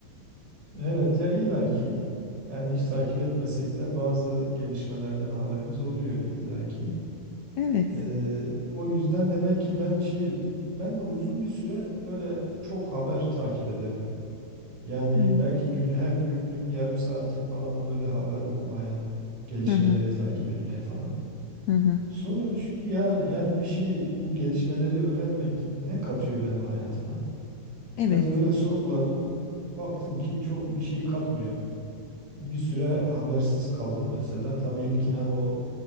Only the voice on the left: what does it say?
Evet.
Hı hı.
Hı hı.
Hı hı.
Evet.